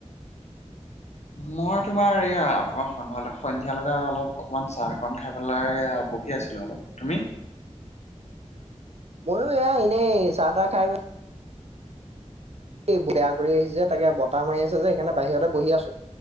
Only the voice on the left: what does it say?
মই তোমাৰ এইয়া তোমাৰ সন্ধিয়ালে সন্ধিয়ালকে অলপ অকমান চাহকন খাই পেলাই বহ আছিলো অলপ। তুমি?